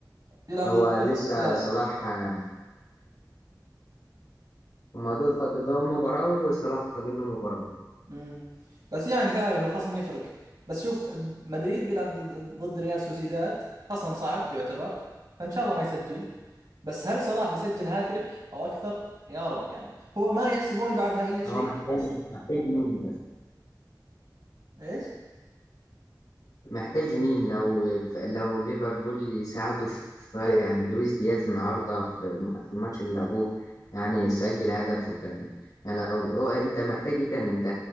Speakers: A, on the right; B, on the left.
A: بيلعب
B: هو
A: ضد ريال
B: لسه
A: سوسيداد
B: صلاح آه، هما دول فاضل لهم مباراة وصلاح فاضل له مباراة
A: مم. بس يعني تعرف الخصم يفرق بس شوف مدريد بيلعب ضد ضد ريال سوسيداد خصم صعب يعتبر فان شاء الله ما يسجل بس هل صلاح بيسجل هاتريك او اكثر يا رب يعني هو ما يحسبون بعدها اي شيء
B: هو محتاج
A: خلاص
B: محتاج مين
A: ايش
B: محتاج جنين لو لو ليفربول يساعده شوية يعني لويس دياز النهاردة في في الماتش اللي لعبوه يعني سجل هدف وكان يعني لو هو انت محتاج ايه تاني انت